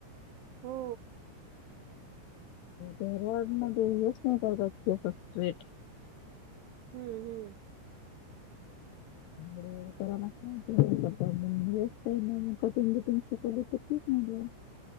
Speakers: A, on the right; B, on the left.
A: हो.
B: रोड मध्ये यश नाही येत अस स्ट्रेट.
A: हम्म हम्म.
B: ड तर ना. <unintelligible> हेअर स्टाईल, कटीग गिटीग शिकवली तर शिकुन घे <unintelligible>